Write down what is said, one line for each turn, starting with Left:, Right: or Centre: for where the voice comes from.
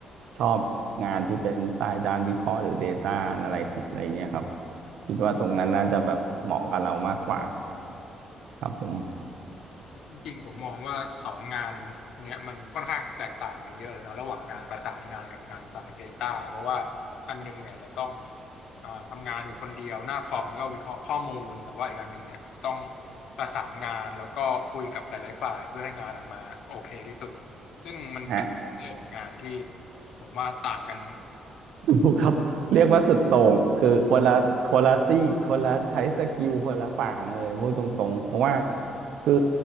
Right: ชอบงานที่เป็นสายด้านวิเคราะห์หรือ Data Analysis อะไรเงี้ยครับคิดว่าตรงนั้นน่าจะแบบเหมาะกับเรามากกว่าครับผม
Left: จริงๆผมมองว่าสองงานเนี้ยมันค่อนข้างแตกต่างกันเยอะเลยเนาะระหว่างงานประสานงานกับงานสาย Data เพราะว่าอันนึงเนี่ยจะต้องแบบอ่าทำงานอยู่คนเดียวหน้าคอมแล้วก็วิเคราะห์ข้อมูลแต่ว่าอีกอันหนึงเนี่ยจะต้องประสานงานแล้วก็คุยกับหลายๆฝ่ายเพื่อให้งานออกมาโอเคที่สุดซึ่งมันเป็นเรื่องของงานที่
Right: ฮะ
Left: ผมว่าต่างกัน
Right: ดูครับเรียกว่าสุดโต่งคือคนละคนละซีกคนละใช้สกิลคนละฝั่งเลยพูดตรงๆเพราะว่าคือ